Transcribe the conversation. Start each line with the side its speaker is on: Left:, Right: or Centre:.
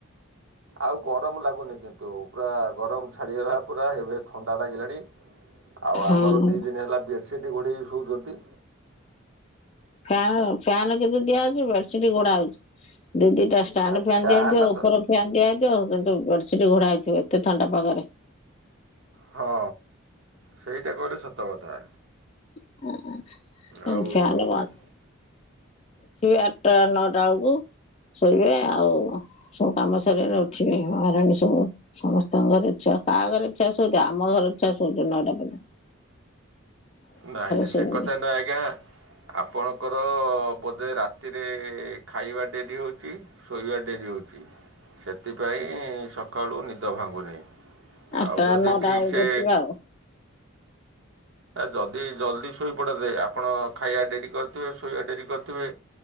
Right: ଆଉ ଗରମ ଲାଗୁନି କିନ୍ତୁ ପୁରା ଗରମ ଛାଡ଼ିଗଲା ପୁରା ଏବେ ଥଣ୍ଡା ଲାଗିଲାଣି। ଆଉ
Left: ହଁ
Right: ଆମର ଦି ଦିନ ହେଲା ବେଡ଼ସିଟ୍ ଘୋଡ଼େଇ ହୋଇ ଶୋଉଛନ୍ତି।
Left: ଫାନ ଫ୍ୟାନ କି ଦିଆ ହଉଛି ବେଡସିଟ ଘୋଡା ହଉଛି ଦି ଦିଟା ଫ୍ୟାନ
Right: ନା
Left: ଫ୍ୟାନ
Right: ଫ୍ୟାନ୍
Left: ଦିଆଯାଇଥିବ
Right: ତ
Left: ଉପର ଫ୍ୟାନ୍ ଦିଆଯଥିବ କିନ୍ତୁ ବେଡ଼ସିଟ ଘୋଡାହେଇଥିବ ଏତେ ଥଣ୍ଡା ପାଗରେ।
Right: ହଁ ସେଇଟା କହିଲେ ସତ କଥା।
Left: <unintelligible>
Right: ଆଉ
Left: ଉଠିବେ ଆଠଟା ନଅଟା ବେଳକୁ ଶୋଇବେ ଆଉ ସବୁ କାମ ସରିଗଲା ଉଠିବେ ମହାରଣୀ ସବୁ। ସମସ୍ତଙ୍କର ଇଚ୍ଛା କାହା ଘରେ ଇଚ୍ଛାରେ ସଉଛି ଆମ ଘର ଇଚ୍ଛାରେ ସୋଉଛି ନଅଟା ପଜ
Right: ନାଇଁ ନାଇଁ
Left: ଶୋଇବେନି।
Right: ସେ କଥା ନାଇଁ ଆଜ୍ଞା ଆପଣଙ୍କର ବୋଧେ ରାତିରେ ଖାଇବା ଡେରି ହଉଛି? ଶୋଇବା ଡେରି ହଉଛି ସେଥିପାଇଁ ସକାଳୁ ନିଦ ଭାଙ୍ଗୁନି।
Left: ଆଠଟା
Right: ଆଉ ଯଦି
Left: ନଅଟା
Right: ଠିକ
Left: ବେଳକୁ
Right: ସେ
Left: ଉଠିବେ ଆଉ
Right: ଯଦି ଜଲ୍ଦି ଶୋଇପଡ଼ନ୍ତେ ଆପଣ ଖାଇବା ଡେରି କରିଥିବେ ଶୋଇବା ଡେରି କରିଥିବେ।